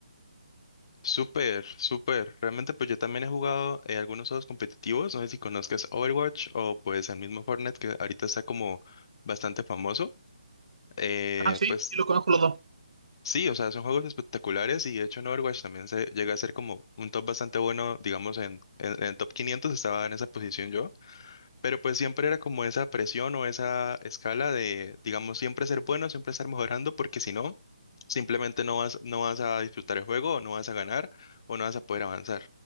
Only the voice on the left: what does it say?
Súper, súper. Realmente pues yo también he jugado eh, algunos juegos competitivos, no sé si conozcas Overwatch o pues el mismo Fortnite que ahorita está como bastante famoso. Eh,
pues
sí, o sea, son juegos espectaculares y de hecho en Overwatch también se llega a ser como un top bastante bueno, digamos en, en, en el top 500 estaba en esa posición yo. Pero pues siempre era como esa presión o esa escala de, digamos, siempre ser bueno, siempre estar mejorando, porque si no, simplemente no vas, no vas a disfrutar el juego, o no vas a ganar, o no vas a poder avanzar.